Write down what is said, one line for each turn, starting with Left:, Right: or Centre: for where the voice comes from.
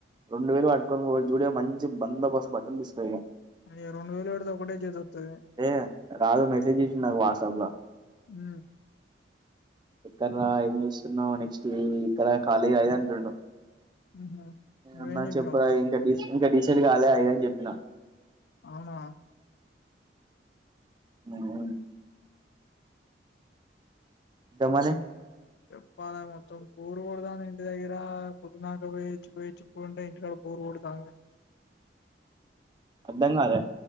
Right: రెండు వేలు వట్టుకొని పో జూడి మంచి బందోబస్తు బట్టలు తీసుకోపో ఇగా
Left: అయ్యో రెండు వేలు పెడితే ఒకటే జత వత్తది
Right: ఏ రాజు మెసేజ్ జేసిండు నాకు వాట్సప్ ల
Left: ఉ
Right: ఇక్కడ ర ఏం చేస్తున్నావు నెక్స్ట్ ఈ ఇక్కడ కాలేజ్ అది అంటుండు.
Left: ఉహు నువ్వేం
Right: అన్న
Left: చెప్పినవ్
Right: చెప్పవా ఇంక ఇంకా డిసైడ్ కాలే ఐనంక చెప్పిన
Left: అవునా
Right: ఉమ్ ఇంకా మనీ
Left: చెప్పాలా మొత్తం బోర్ కొడుతాంది ఇంటి దగ్గర పొద్దున దాకా పోయొచ్చి పోయొచ్చి ఇప్పుడు ఉంటే ఇంట్లో బోర్ కొడుతాంది
Right: అర్ధంకాలే